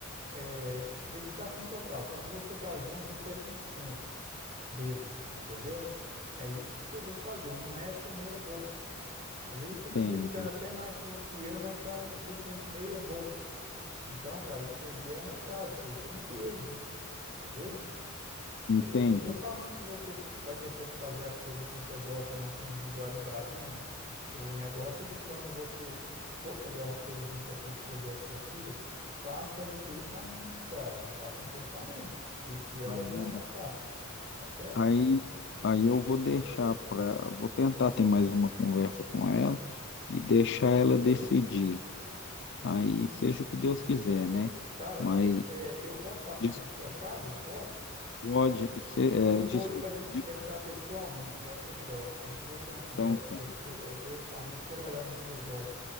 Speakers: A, on the right (about 35°); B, on the left (about 55°).
A: É dedicação total. Quando você tá junto, você é 100% deles, entendeu? É isso que você tem que fazer, não é ser meia boca. Às vezes
B: Entende,
A: você tá dedicando até mais tempo que eu, mas tá aquele tempo meia boca. Então, cara, isso aí é notado, isso aí tem peso, entendeu?
B: entende.
A: Eu eu não estou falando que você vai deixar de fazer as coisas que você gosta na sua individualidade, não. O negócio é que quando você for fazer as coisas junto com a sua esposa e a sua filha, faça intensamente, cara. Faça intensamente, que, que elas
B: Não,
A: vão
B: verdade.
A: notar, tá certo?
B: Aí, aí eu vou deixar para, vou tentar ter mais uma conversa com ela e deixar ela decidir. Aí seja o que Deus quiser, né?
A: Cara,
B: Mas
A: é- é, eu posso passar
B: des-
A: na sua casa? Posso?
B: pode, se-
A: Eu,
B: é,
A: eu vou
B: desculpa,
A: ir para a gente
B: de-
A: conversar pessoalmente, que vai ser melhor. A gente vai ter uma conversa
B: então, tá.
A: pes- pe- eh, pessoalmente, quero olhar nos seus olhos,